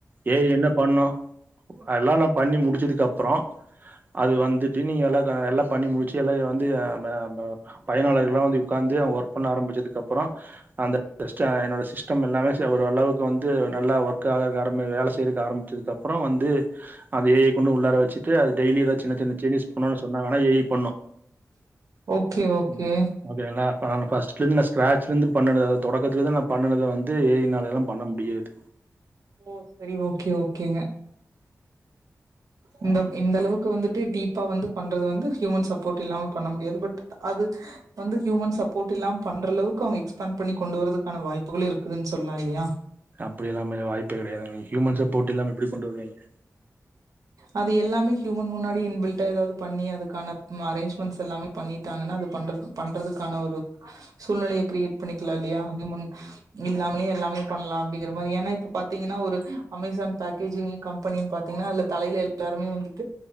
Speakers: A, on the right; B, on the right.
A: ஏ ஐ என்ன பண்ணு அதெல்லா நா பண்ணி முடிச்சதுக்கு அப்பறோ அது வந்துட்டு நீங்க எல்லா எல்லா பண்ணி முடிச்சு எல்லா வந்து அம் அம் ப பயனாளர்கள்ல்லா வந்து உக்காந்து அவங்க ஒர்க் பண்ண ஆரம்பிச்சதுக்கு அப்பறோ அந்த சிஸ்டோ என்னோட சிஸ்டம் எல்லாமே சேர் ஓரளவுக்கு வந்து நல்லா ஒர்க் ஆக ஆரம்பி வேல செய்யறக்கு ஆரம்பிச்சதுக்கு அப்பறோ வந்து அந்த ஏ ஐ கொண்டு உள்ளார வச்சுட்டு அது டெய்லி ஏதாவது சின்ன சின்ன சேஞ்சஸ் பண்ணனுன்னு சொன்னா வேணா ஏ ஐ பண்ணு
B: ஓகே ஓகே
A: ம் ஓகேங்களா இப்ப நானு ஃபர்ஸ்ட்ல இருந்து நா ஸ்க்ராட்ச்சுலந்து பண்ணுனது அதாவது தொடக்கத்துல இருந்து நா பண்ணுனத வந்து ஏ ஐ னால எல்லா பண்ண முடியாது
B: ஓ செரி ஓகே ஓகேங்க இந்த இந்த அளவுக்கு வந்துட்டு டீப்பா வந்து பண்றது வந்து ஹியூமன் சப்போர்ட் இல்லாம பண்ண முடியாது பட் அது வந்து ஹியூமன் சப்போர்ட் இல்லாம பண்ற அளவுக்கு அவுங்க எக்ஸ்பாண்ட் பண்ணி கொண்டு வரதுக்கான வாய்ப்புகளு இருக்குதுன்னு சொல்லலா இல்லையா
A: அப்டில்லாமே வாய்ப்பு கெடையாதுங்க ஹ்யூமன் சப்போர்ட் இல்லாம எப்டி கொண்டு வருவீங்க
B: அது எல்லாமே ஹ்யூமன் முன்னாடி இன் பில்ட்டா ஏதாது பண்ணி அதுக்கானா ம் அரேஞ்ஜ்மெண்ட்ஸ் எல்லாமே பண்ணிட்டாங்கன்னா அது பண்றதுக் பண்றதுக்கான ஒரு சூழ்நிலைய கிரியேட் பண்ணிக்கலாம் இல்லையா ஹ்யூமன் இங் இல்லாமலே எல்லாமே பண்ணலா அப்டிங்கிற மாரி ஏன்னா இப்ப பாத்தீங்கன்னா ஒரு அமேசான் பேக்கேஜிங் கம்பெனின்னு பாத்தீங்கன்னா அதுல தலையில எல்லாருமே வந்துட்டு